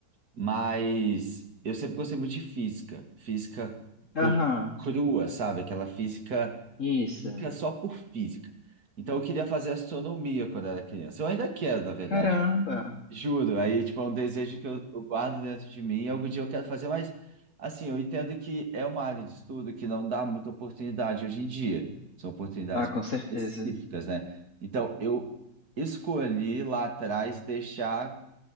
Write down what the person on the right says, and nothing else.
Mas eu sempre gostei muito de física, física
br- crua, sabe? Aquela física,
física só por física. Então eu queria fazer astronomia quando era criança. Eu ainda quero, na verdade.
Juro. Aí, tipo, é um desejo que eu, eu guardo dentro de mim. e Algum dia eu quero fazer, mas assim, eu entendo que é uma área de estudo que não dá muita oportunidade hoje em dia. São oportunidades
específicas, né? Então eu escolhi lá atrás deixar